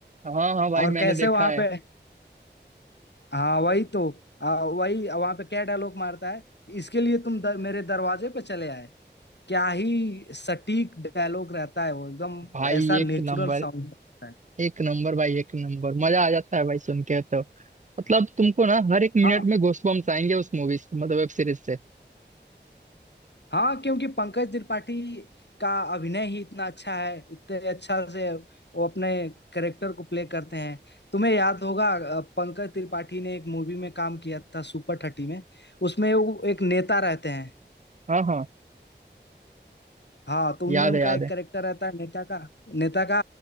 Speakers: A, on the right; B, on the left.
A: हाँ हाँ भाई
B: और
A: मैंने
B: कैसे
A: देखा
B: वहां
A: है
B: पे हाँ वही तो आ, वही वहां पे क्या डायलॉग मारता है इसके लिए तुम द, मेरे दरवाजे पे चले आए क्या ही सटीक डायलॉग रहता है वो एकदम
A: भाई
B: ऐसा नेचुरल
A: एक नंबर
B: साउंड रहता है
A: एक नंबर भाई एक नंबर मजा आ जाता है भाई सुन के तो मतलब तुमको ना हर एक मिनट
B: हाँ,
A: में गूज़बम्प्स आएंगे उस मूवी से मतलब वेब सीरीज से
B: हाँ क्योंकि पंकज त्रिपाठी का अभिनय ही इतना अच्छा है इतने अच्छा से वो अपने करेक्टर को प्ले करते हैं तुम्हें याद होगा अ, पंकज त्रिपाठी ने एक मूवी में काम किया था सुपर थर्टी में उसमें वो एक नेता रहते हैं
A: हाँ हाँ
B: हाँ तो उनमें
A: याद
B: उनका
A: है याद
B: एक
A: है
B: करेक्टर रहता है नेता का नेता का